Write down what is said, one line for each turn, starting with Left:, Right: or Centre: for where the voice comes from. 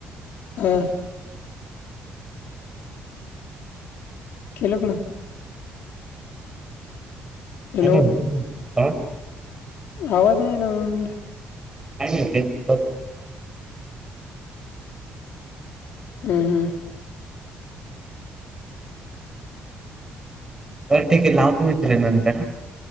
Left: हा. <unintelligible>
Right: <unintelligible>
Left: हॅलो
Right: <inaudible>
Left: आवाज नाही ना <unintelligible> म्हणून म्हणल.
Right: आणि <unintelligible>
Left: हम हम.
Right: बरं ठीक आहे, लावतो मी तुले नंतर हा.